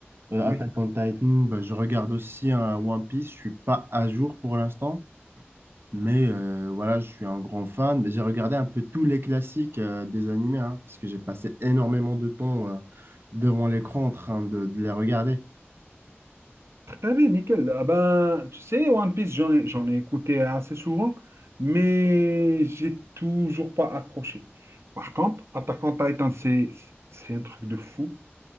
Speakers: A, on the right; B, on the right.
A: Euh, Attack
B: Oui.
A: on Titan, bah, je regarde aussi un One Piece. Je suis pas à jour pour l'instant, mais euh, voilà, je suis un grand fan. Mais j'ai regardé un peu tous les classiques euh, des animés, hein, parce que j'ai passé énormément de temps euh, devant l'écran en train de, de les regarder.
B: Très bien, nickel. Ah ben, tu sais, One Piece, j'en ai, j'en ai écouté assez souvent, mais j'ai toujours pas accroché. Par contre, Attack on Titan, c'est, c'est un truc de fou.